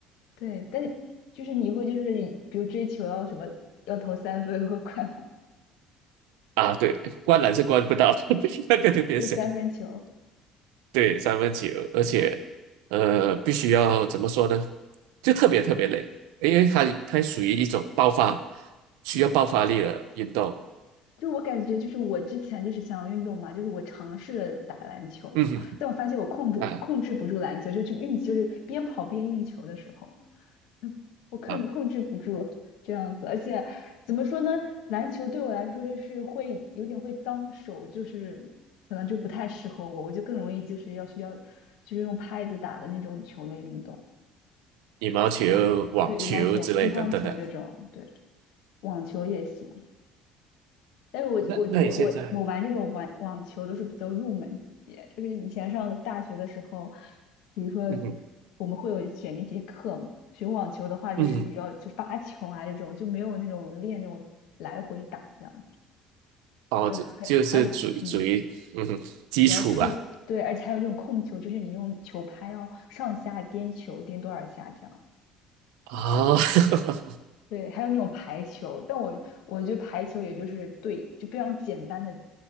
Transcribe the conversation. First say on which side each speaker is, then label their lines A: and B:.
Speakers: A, on the left; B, on the right.
A: 对，但是就是你会就是比如追求要什么要投三分和快，篮，
B: 啊，对，灌篮是灌不到，<laughs> 那个就别想。
A: 就三分球。
B: 对，三分球，而且呃，必须要怎么说呢？就特别特别累，因为它它属于一种爆发，需要爆发力的运动。
A: 对。就我感觉，就是我之前就是想要运动嘛，就是我尝试了打篮球，
B: 嗯哼，
A: 但我发现我控制控制不住篮球，
B: 啊
A: 就就运就是边跑边运球的时候，嗯我控控制不住这样子，
B: 啊，
A: 而且怎么说呢，篮球对我来说就是会有点会脏手，就是可能就不太适合我，我就更容易就是要需要就是用拍子打的那种球类运动，
B: 羽毛球、
A: 对，
B: 网球之类等等的。
A: 对，羽毛球、乒乓球这种，对，网球也行。但是我我我我我玩这种网网球都是比较入门级，
B: 那那你现在，
A: 就是以前上大学的时候，比如说
B: 嗯哼
A: 我们会有选那节课嘛，学网球的话就是比较就发球啊这种，
B: 嗯哼，
A: 就没有那种练那种来回打这样子。
B: 哦，
A: 呃，
B: 就就是属于属于嗯哼基础吧。
A: 还还有嗯，比较出，对，而且还有这种控球，就是你用球拍要上下颠球，颠多少下这样。
B: 啊、<laughs> 哦，
A: 对，还有那种排球，但我我觉得排球也就是对，就非常简单的